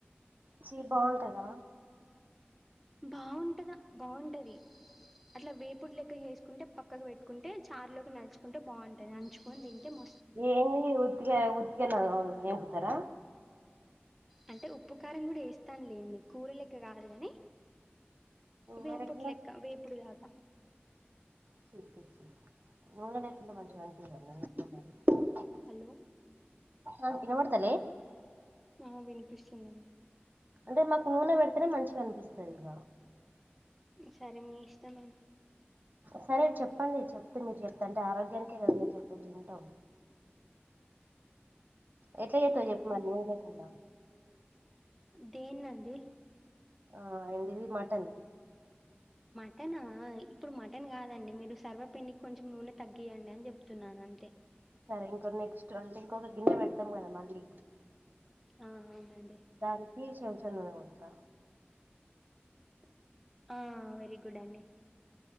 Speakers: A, on the right; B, in the centre.
A: చి బాగుంటద
B: బాగుంటద బాగుంటది అట్లా వేపుడు లెక్క చేసుకుంటే పక్కకు పెట్టుకుంటే చారులోకి నడుచుకుంటే బాగుంటాయి నంచుకొని తింటే మ
A: ఏమి <unintelligible> ఉత్గ ఉత్గ <unintelligible>
B: అంటే ఉప్పు కారం కూడ వేస్తాను లేండి కూరలెక్క కాదు కానీ వేంపుడు
A: మరి ఎట్లా
B: లెక్క వేపుడిలాగ
A: <unintelligible> మంచి <unintelligible>
B: హలో
A: ఆ విన బడతలే
B: ఆ వినిపిస్తుంది అండి
A: అంటే మాకు నూనె పెడితేనే మంచిగ అనిపిస్తది ఇగ
B: సరే మీ ఇష్టమ <unintelligible>
A: సరే చెప్పండి చెప్తే మీరు చెప్తే అంటే ఆరోగ్యానికే కద చెప్పే వింటాం ఎట్ల చేస్తావు
B: హ్మ్
A: చెప్పు మరి నూనె లేకుండా
B: దేన్నండి
A: ఆ అడిది మటన్
B: మటనా ఇప్పుడు మటన్ కాదండి మీరు సర్వ పిండికి కొంచెం నూనె తగ్గియండి అని చెప్తున్నాను అంతే
A: సరే ఇంకో నెక్స్ట్ అంటే ఇంకొక గిన్నె పెడతాం కదా మళ్ళీ
B: ఆ అవునండి
A: దానికి చెంచా నూనె పోత్తా
B: ఆ వెరీ గుడ్ అండి